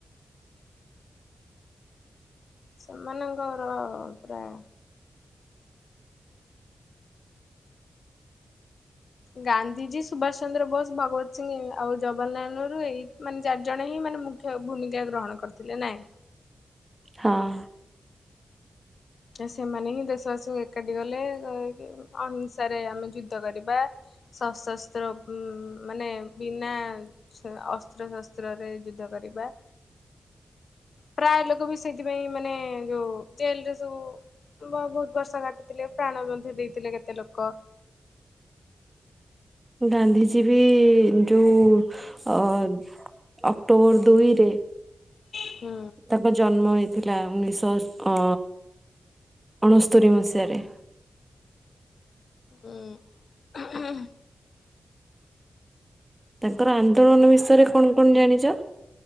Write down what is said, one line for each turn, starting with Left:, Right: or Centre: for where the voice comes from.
Left: ସେମାନଙ୍କର ପ୍ରାୟ ଗାନ୍ଧିଜୀ ସୁଭାଷ ଚନ୍ଦ୍ର ବୋଷ ଭଗବତ ସିଂହ ଆଉ ଜବାହାରଲାଲ ନେହେରୁ ଏଇ ମାନେ ଚାରିଜଣ ହିଁ ମାନେ ମୁଖ୍ୟ ଭୂମିକା ଗ୍ରହଣ କରିଥିଲେ ନାଇଁ
Right: ହଁ,
Left: ସେମାନେ ହିଁ ଦେଶବାସୀଙ୍କୁ ଏକାଠି କଲେ ଅହିଂସାରେ ଆମେ ଯୁଦ୍ଧ କରିବା ଶସସ୍ତ୍ର ଉଁ ଉଁ ମାନେ ବିନା ଅସ୍ତ୍ର ଶସ୍ତ୍ରରେ ଯୁଦ୍ଧ କରିବା ପ୍ରାୟ ଲୋକବି ସେଇଥିପାଇଁ ମାନେ ଯୋଉ ଜେଲରେ ସୁ ବା ବହୁତ ବର୍ଷ କାଟିଥିଲେ ପ୍ରାଣ ମଧ୍ୟ ଦେଇଥିଲେ କେତେ ଲୋକ
Right: ଗାନ୍ଧିଜୀବି ଯୋଉ ଅ ଅକ୍ଟୋବର ଦୁଇରେ
Left: ହୁଁ,
Right: ତାଙ୍କ ଜନ୍ମ ହୋଇଥିଲା ଉଣେଇଶହ ଅ ଅଣସ୍ତରି ମସିହାରେ
Left: ହୁଁ
Right: ତାଙ୍କର ଆନ୍ଦୋଳନ ବିଷୟରେ କଣ କଣ ଜାଣିଛ?